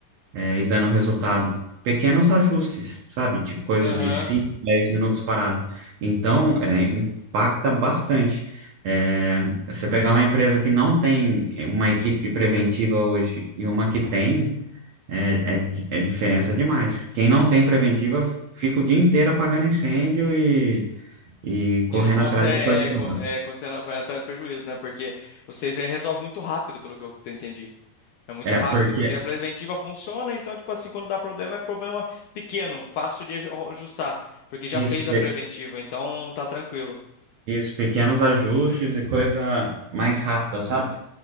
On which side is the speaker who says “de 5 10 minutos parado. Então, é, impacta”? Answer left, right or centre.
Right